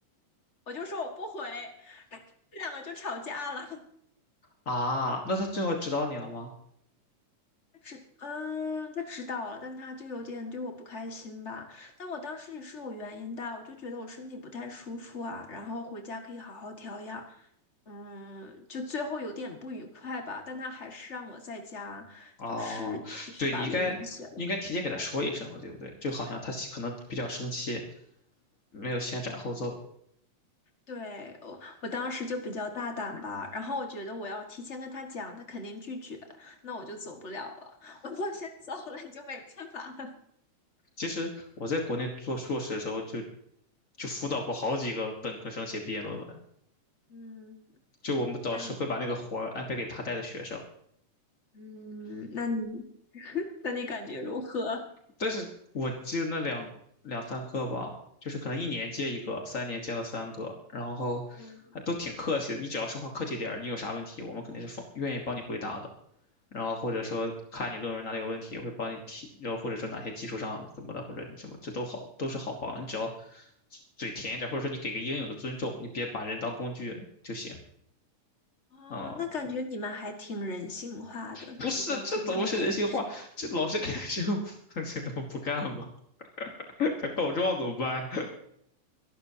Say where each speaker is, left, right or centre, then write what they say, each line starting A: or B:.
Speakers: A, on the left; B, on the left.
A: 我就说我不回，<laughs> 这两个就吵架了。
B: 啊，那他最后指导你了吗？
A: 他知，嗯，他知道了，但他就有点对我不开心吧。但我当时也是有原因的，我就觉得我身体不太舒服啊，然后回家可以好好调养。嗯，就最后有点不愉快吧，但他还是让我在家，
B: 哦，
A: 就是继续把论文写了。
B: 对，你应该应该提前给他说一声的，对不对？就好像他可能比较生气，没有先斩后奏。
A: 对，我，我当时就比较大胆吧，然后我觉得我要提前跟他讲，他肯定拒绝，那我就走不了了。<laughs> 我要先走了，你就没办法了。
B: 其实我在国内做硕士的时候就，就辅导过好几个本科生写毕业论文。
A: <laughs> 嗯，
B: 就我们导师会把那个活儿安排给他带的学生，
A: 那你。嗯，那你 <laughs> 那你感觉如何？
B: 但是我记得那两两三个吧，就是可能一年接一个，三年接了三个，然后还都挺客气的。
A: 嗯，
B: 你只要说话客气点儿，你有啥问题，我们肯定是放愿意帮你回答的。然后或者说看你论文哪里有问题，会帮你提，然后或者说哪些技术上什么的，或者你什么，这都好，都是好帮的你只要嘴甜一点，或者说你给个应有的尊重，你别把人当工具就行。
A: 哦，
B: 啊、
A: 那感觉你们还挺人性化的，
B: 不是，
A: 就比较尊重学。
B: 这怎么是人性化？这老师开始，务，<laughs> 这能不干吗？<laughs> 他告状怎么办？